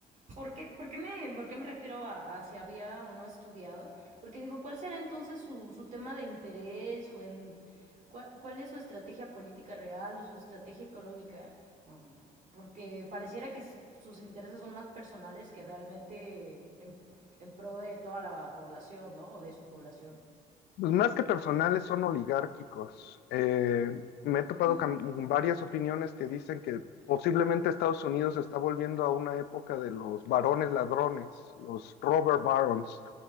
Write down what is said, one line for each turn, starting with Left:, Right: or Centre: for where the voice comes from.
Right: ¿por qué, por qué me, por qué me refiero a, a si había o no estudiado? Porque digo, ¿cuál será entonces su, su tema de interés o en... ¿Cuál, cuál es su estrategia política real o su estrategia económica? Mm, Porque pareciera que s- sus intereses son más personales que realmente en, en pro de toda la población, ¿no? O de su población.
Left: Pues más que personales son oligárquicos. Eh, me he topado
Right: Mm,
Left: con varias opiniones que dicen que posiblemente Estados Unidos está volviendo a una época de los barones ladrones, los robber barons,